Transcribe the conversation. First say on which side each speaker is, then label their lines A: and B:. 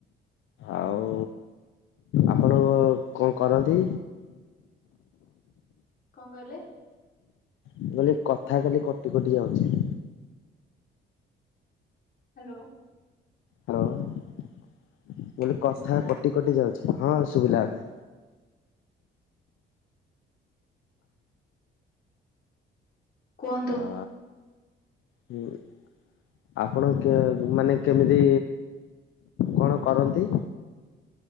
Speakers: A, on the left; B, on the left.
A: ଆଉ ଆପଣ କ କଣ କରନ୍ତି?
B: କଣ କହିଲେ?
A: ମୁଁ କଇଲି କଥା ଖାଲି କଟି କଟି ଯାଉଛି।
B: ହାଲୋ।
A: ହାଲୋ ମୁଁ କଇଲି
B: ଏବେ
A: କଥା
B: ଶୁଭିଲା?
A: କଟି କଟି ଯାଉଛି ହଁ ସୁୁବିଲା ଏବେ।
B: କୁହନ୍ତୁ।
A: ଆ ହୁଁ। ଆପଣ କେ ମାନେ କେମିତି କଣ କରନ୍ତି?